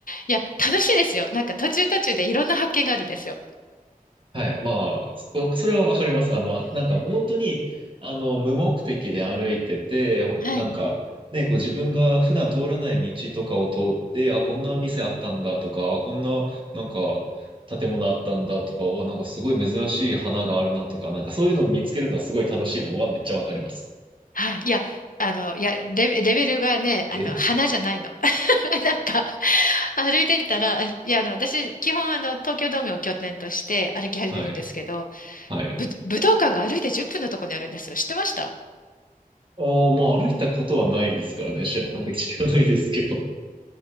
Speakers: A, on the left; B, on the right.
A: いや、楽しいですよ。なんか途中途中でいろんな発見があるんですよ。
B: はい。まあ、わそれはわかります。あの、なんか本当に、あの、無目的で歩いてて、ほんなんか、
A: はい。
B: ね、こう自分が普段通らない道とかを通って、あ、こんな店あったんだとか、あ、こんな、なんか、建物あったんだとか、お、なんかすごい珍しい花があるなとか、なんかそういうのを見つけるのはすごい楽しいのはめっちゃわかります。
A: はい。いや、あの、いや、レベ、レベルがね、あの、
B: え
A: 花じゃないの。<laughs> なんか、歩いてたら、いや、あの、私、基本、あの、東京ドームを拠点として歩き始めるんですけど、
B: はい。はい。
A: ぶ、武道館が歩いて10分のところにあるんですよ。知ってました
B: ああ、まあ歩いたことはないですからね。知らない、知らないですけど。